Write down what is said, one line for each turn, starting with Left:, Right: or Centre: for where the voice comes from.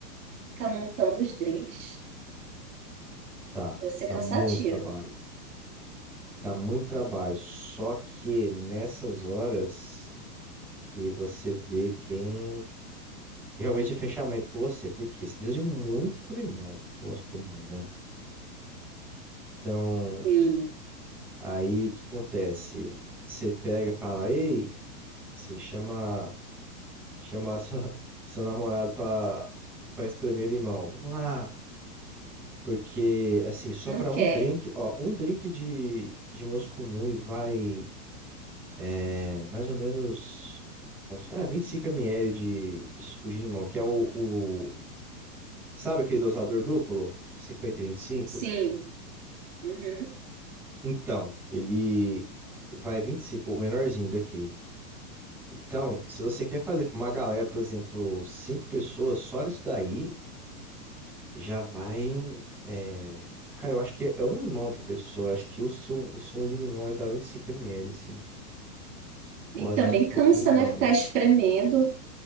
Right: Ficar montando os drinks.
Centre: Tá,
Right: Deve ser
Centre: dá
Right: cansativo.
Centre: muito trabalho. Dá muito trabalho. Só que nessas horas que você vê quem realmente é fechamento com você, porque você precisa de muito limão, o moscou muito, né? Então,
Right: Sim,
Centre: aí o que acontece? Você pega e fala, ei, se chama. chamar sua, <laughs> seu namorado pra, pra espremer limão. Vamos lá. Porque, assim, só
Right: não
Centre: pra
Right: quer.
Centre: um drink, ó, um drink de, de Moscumune vai é, mais ou menos, posso falar, é, 25 ml de, de suco de limão, que é o, o- sabe aquele dosador duplo? cinquenta e vinte e cinco
Right: Sim. Uhum.
Centre: Então, ele vai 25 o menorzinho daqui. Então, se você quer fazer pra uma galera, por exemplo, cinco pessoas, só nisso daí, já vai. é, Cara, eu acho que é um limão por pessoa. Acho que o sumo, o sumo de limão é da dá cinco ml, assim.
Right: E
Centre: Ou às
Right: também
Centre: vezes um pouquinho
Right: cansa,
Centre: mais.
Right: né? Ficar espremendo.